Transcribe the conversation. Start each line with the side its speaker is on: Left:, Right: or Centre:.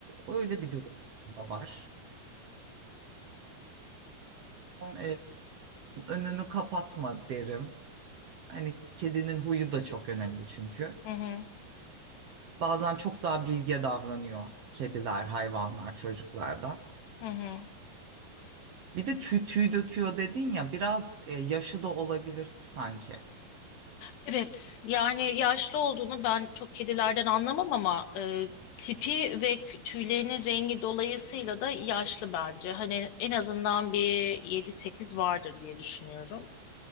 Right: Öyle bir durum da var. E, önünü kapatma derim. Hani kedinin huyu da çok önemli çünkü.
Left: Hı hı.
Right: Bazen çok daha bilge davranıyor kediler, hayvanlar çocuklardan.
Left: Hı hı.
Right: Bir de tüy, tüy döküyor dedin ya biraz e, yaşı da olabilir sanki.
Left: Evet, yani yaşlı olduğunu ben çok kedilerden anlamam ama e, tipi ve kü- tüylerinin rengi dolayısıyla da yaşlı bence. Hani en azından bir yedi sekiz vardır diye düşünüyorum.